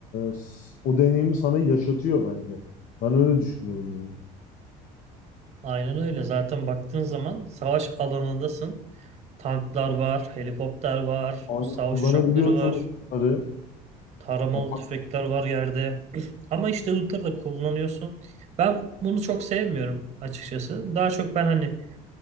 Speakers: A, on the left; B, on the right.
A: s- o deneyimi sana yaşatıyor bence. Ben öyle düşünüyorum yani.
B: Aynen öyle. Zaten baktığın zaman savaş alanındasın. Tanklar var, helikopter var,
A: Aynen
B: savaş
A: kullanabiliyorsun
B: uçakları var,
A: bunları.
B: taramalı
A: Ya bak,
B: tüfekler var yerde. <clears throat> Ama işte bunları da kullanıyorsun. Ben bunu çok sevmiyorum açıkçası. Daha çok ben hani